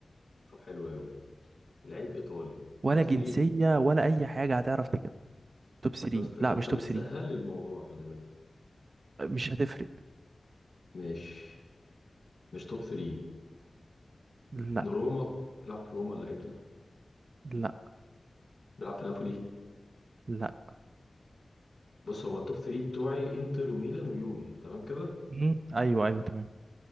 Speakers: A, on the left; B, on the right.
A: طب حلو قوي العيب ايطالي
B: ولا
A: توب 3
B: جنسية ولا أي حاجة هتعرف تجيب توب 3
A: طب است... انت
B: لا مش توب
A: بتسهل
B: 3
A: لي الموضوع خلي بالك
B: مش هتفرق
A: مش مش توب 3
B: لا
A: روما بيلعب في روما اللعيب ده
B: لا
A: بيلعب في نابولي
B: لا
A: بص هو التوب 3 بتوعي انتر وميلان ويوفي تمام كده
B: مم. أيوه أيوه تمام